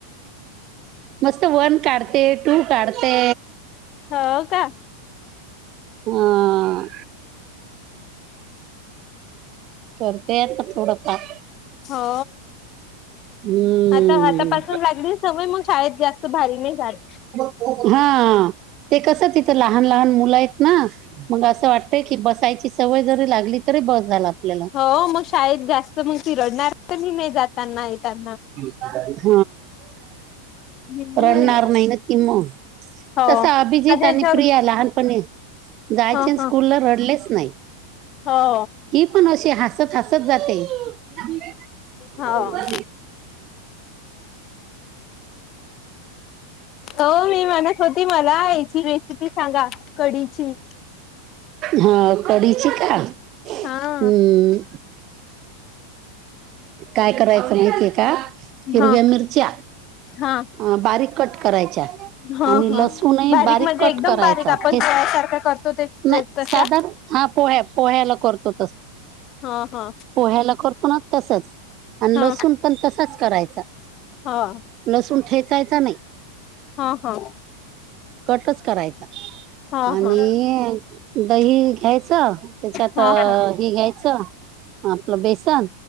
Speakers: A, on the right (about 35°); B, on the left (about 35°).
A: मस्त वन काढते टू काढते
B: हो का <inaudible>
A: हा करते आता थोडंफार
B: हो
A: हम्म
B: आता आतापासून लागली सवय मग शाळेत जास्त भारी नाही झाली
A: हा ते कसं तिथं लहान लहान मुलं आहेत ना मग असं वाटतय की बसायची सवय जरी लागली तरी बस झाला आपल्याला
B: हो मग शाळेत जास्त मग रडणार तर मी नाही जाताना येताना
A: हा
B: हम्म
A: रडणार नाही ना कि मग
B: हो
A: तसा अभिजीत
B: माझ्या
A: आणि
B: याच्यावर
A: प्रिया लहानपणी जायचे
B: ह ह
A: स्कूलला रडलेच नाही
B: हो
A: ही पण अ हसत हसत जाते झा
B: हो हो मी म्हणत होती मला याची रेसिपी सांगा कढीची
A: हा कडी ची का
B: हा
A: हम्म काय करायचं येते का हिरव्या
B: हा
A: मिरच्या
B: हा
A: अ बारीक कट करायच्या
B: हा
A: आणि
B: हा
A: लसूणही बारीक
B: म्हणजे
A: कट
B: एकदम
A: करायचा
B: बारीक आपण
A: ठेस
B: पोळ्यासारखा करतो ते
A: नाही
B: ते तशा
A: साधारन हा पोह्या पोह्याला करतो
B: हा हा
A: पोहाला करतो ना तसच आणि
B: हा
A: लसून पण तसाच करायचा.
B: हा.
A: लसूण ठेचायचा नाही.
B: हा हा.
A: कटच करायचा.
B: हा
A: आणि
B: हा
A: दही घ्यायचं त्याच्यात
B: हा
A: अ,
B: हा
A: हे घ्यायच आपलं बेसन